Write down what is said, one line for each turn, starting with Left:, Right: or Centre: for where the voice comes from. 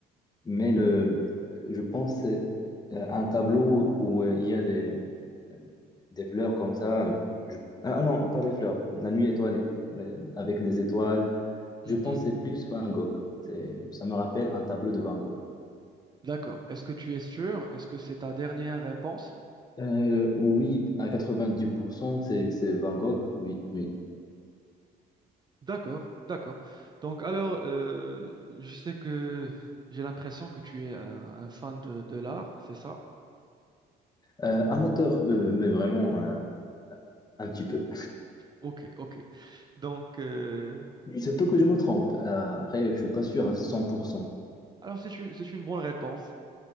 Left: Mais le, je pense euh, à un tableau où euh, il y a des, des fleurs comme ça. je- Ah non, pas des fleurs, la nuit étoilée, mais avec des étoiles.
Right: Mhm.
Left: Je pense que c'est plus Van Gogh. C'est, ça me rappelle un tableau de Van Gogh.
Right: D'accord. Est-ce que tu es sûr? Est-ce que c'est ta dernière réponse?
Left: Euh, oui, à 90%, c'est, c'est Van Gogh, oui, oui.
Right: D'accord, d'accord. Donc alors, euh, je sais que j'ai l'impression que tu es un, un fan de, de l'art, c'est ça?
Left: Euh, amateur, euh, mais vraiment euh, un petit peu.
Right: Ok, ok. Donc, euh,
Left: Il se peut que je me trompe. Euh, après, je suis pas sûr à 100%.
Right: alors c'est une, c'est une bonne réponse.